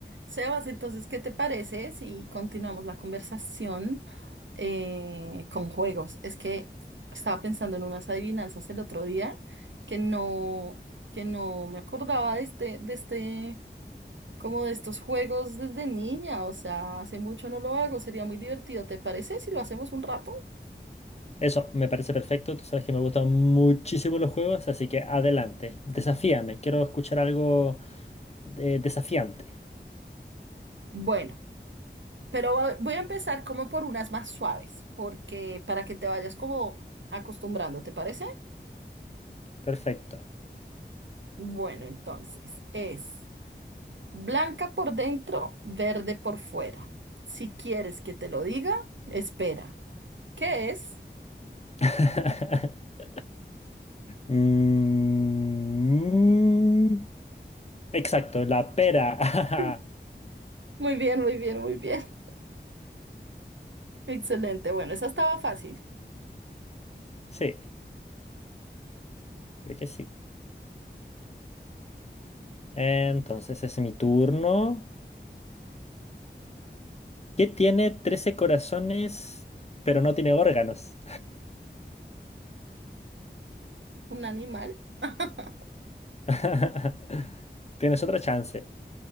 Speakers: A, on the right; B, on the left.
A: Sebas, entonces, ¿qué te parece si continuamos la conversación eh, con juegos? Es que estaba pensando en unas adivinanzas el otro día que no, que no me acordaba de este, de este, como de estos juegos desde niña. O sea, hace mucho no lo hago, sería muy divertido. ¿Te parece si lo hacemos un rato?
B: Eso me parece perfecto. Tú sabes que me gustan muchísimo los juegos, así que adelante. Desafíame. Quiero escuchar algo eh, desafiante.
A: Bueno, pero va- voy a empezar como por unas más suaves, porque para que te vayas como acostumbrando, ¿te parece?
B: Perfecto.
A: Bueno, entonces es. Blanca por dentro, verde por fuera. Si quieres que te lo diga, espera. ¿Qué es?
B: <laughs> Mm, Exacto, la pera.
A: <laughs>
B: <laughs>
A: Muy bien, muy bien, muy bien. <laughs> Excelente. Bueno, esa estaba fácil.
B: Sí, creo que sí. Entonces es mi turno. ¿Qué tiene 13 corazones, pero no tiene órganos?
A: Un animal. <laughs>
B: <laughs> Tienes otra chance.